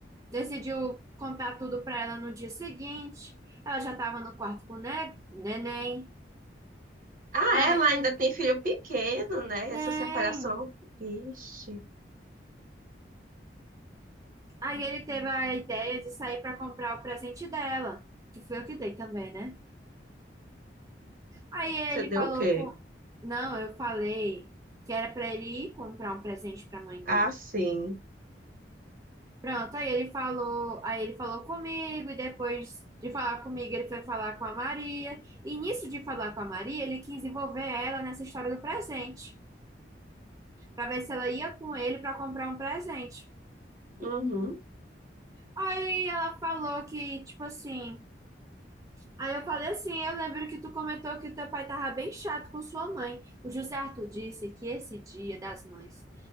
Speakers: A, on the right; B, on the right.
A: Decidiu contar tudo para ela no dia seguinte. Ela já estava no quarto com o ne- neném.
B: Ah,
A: Aí,
B: ela ainda tem filho pequeno, né? Essa
A: tem.
B: separação. Vixe.
A: Aí ele teve a ideia de sair para comprar o presente dela, que foi eu que dei também, né? Aí ele
B: Você deu
A: falou
B: o quê?
A: com. Não, eu falei que era para ele ir comprar um presente para a mãe
B: Ah,
A: dele.
B: sim.
A: Pronto, aí ele falou, aí ele falou comigo e depois de falar comigo ele foi falar com a Maria. E nisso de falar com a Maria, ele quis envolver ela nessa história do presente. para ver se ela ia com ele para comprar um presente.
B: Uhum.
A: Aí ela falou que, tipo assim. Aí eu falei assim: eu lembro que tu comentou que teu pai tava bem chato com sua mãe. O José Arthur disse que esse dia das mães